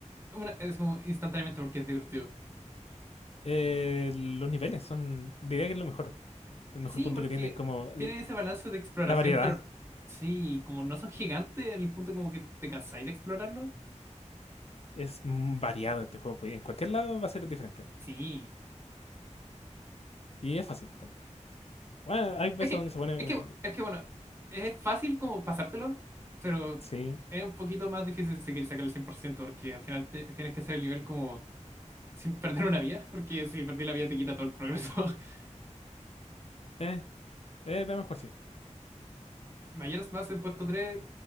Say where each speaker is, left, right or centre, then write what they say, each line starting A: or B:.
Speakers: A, on the right; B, on the left.
A: una, es como instantáneamente porque es divertido.
B: Eh, los niveles son, diría que es lo mejor. El mejor
A: Sí,
B: punto
A: porque
B: que tiene, como l-
A: tiene ese balance de exploración,
B: la variedad.
A: pero sí, como no son gigantes en el punto como que te cansáis de explorarlo.
B: Es mm, variado este juego, pues, y en cualquier lado va a ser diferente.
A: Sí.
B: Y es fácil también. Bueno, hay veces
A: Es que,
B: donde se pone.
A: es que, es que bueno, es fácil como pasártelo, pero
B: Sí.
A: es un poquito más difícil si quieres sacar el 100% porque al final te- tienes que hacer el nivel como sin perder una vida, porque si perdí la vida te quita todo el progreso. <laughs>
B: eh, Eh, veamos cuál sigue.
A: Mayoras más en puesto tres